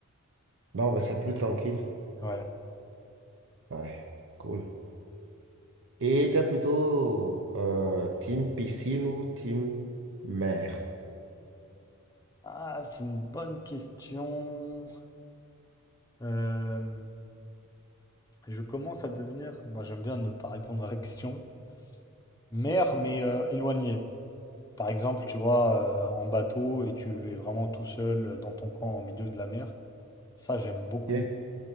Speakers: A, on the right; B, on the left.
A: Non, mais c'est plus tranquille.
B: que... Ouais.
A: Ouais, cool. Et était plutôt euh, team piscine ou team mer?
B: Ah, c'est une bonne question. Euh, Je commence à devenir, moi j'aime bien ne pas répondre à la question, mer mais euh, éloigné. Par exemple, tu vois, euh, en bateau et tu es vraiment tout seul euh, dans ton coin au milieu de la mer. Ça, j'aime beaucoup.
A: Yeah.